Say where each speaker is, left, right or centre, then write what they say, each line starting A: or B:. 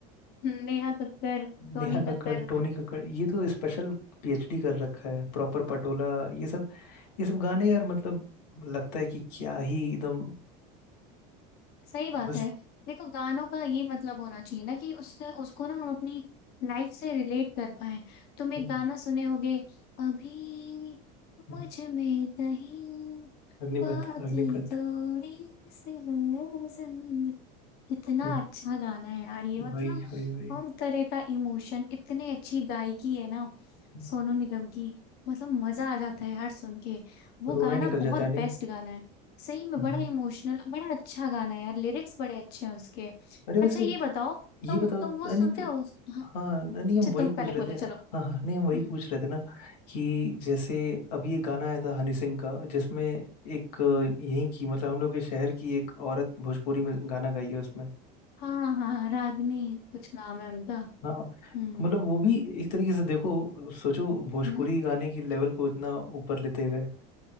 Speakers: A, on the left (about 50°); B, on the left (about 90°).
A: हम्म, नेहा कक्कर टोनी
B: नेहा
A: कक्कर
B: कक्कड़ टोनी कक्कड़ ये तो स्पेशल पीएचडी कर रखा है प्रॉपर पटोला ये सब ये सब गाने यार मतलब लगता है कि क्या ही एकदम
A: सही बात
B: बस
A: है देखो गानों का ये मतलब होना चाहिए ना कि उससे उसको ना हम अपनी लाइफ से रिलेट कर पाए तुम एक
B: हम्म,
A: गाना सुने होगे अभी
B: हम्म,
A: मुझ में कहीं
B: अग्निपथ
A: बाकी
B: अग्निपथ
A: थोड़ी सी है जिंदगी कितना
B: हम्म,
A: अच्छा गाना है यार ये मतलब
B: वही वही वही
A: हर तरह का इमोशन इतने अच्छी गायकी है ना
B: हम्म,
A: सोनू निगम की मतलब मजा आ जाता है हर सुन के वो
B: रोना
A: गाना
B: ही निकल जाता
A: बहुत
B: है नहीं
A: बेस्ट गाना है सही में
B: हम्म,
A: बड़ा
B: हम्म।
A: इमोशनल बड़ा अच्छा गाना है यार लिरिक्स बड़े अच्छे हैं उसके
B: अरे वैसे
A: अच्छा ये बताओ
B: ये
A: तुम
B: बताओ
A: तुम वो सुनते
B: नहीं तो
A: हो हाँ
B: हाँ नहीं
A: अच्छा
B: हम वही
A: तुम
B: पूछ
A: पहले
B: रहे
A: बोलो
B: थे
A: चलो
B: हाँ हाँ नहीं हम वही
A: हम्म
B: पूछ रहे थे ना कि जैसे अभी एक गाना आया था हनी सिंह का जिसमें एक अ, यहीं की मतलब हम लोग के शहर की एक औरत भोजपुरी में गाना गाई है उसमें
A: हाँ हाँ रागनी कुछ नाम है उनका
B: हाँ
A: हम्म
B: मतलब वो भी एक तरीके से देखो सोचो भोजपुरी
A: हम्म
B: गाने की लेवल को इतना ऊपर लेते गए